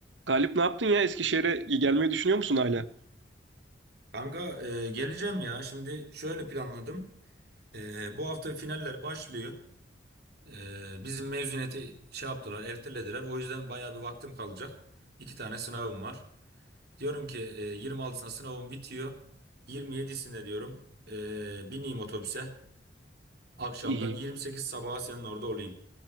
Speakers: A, on the right (about 80°); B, on the right (about 60°).
A: Galip ne yaptın ya? Eskişehir'e gelmeyi düşünüyor musun hala?
B: Kanka e, geleceğim ya. Şimdi şöyle planladım. E, bu hafta finaller başlıyor. E, bizim mezuniyeti şey yaptılar, ertelediler. O yüzden bayağı bir vaktim kalacak. İki tane sınavım var. Diyorum ki e, 26'sında sınavım bitiyor. 27'sinde diyorum e, bineyim otobüse. Akşamdan
A: İyi.
B: 28 sabaha senin orada olayım.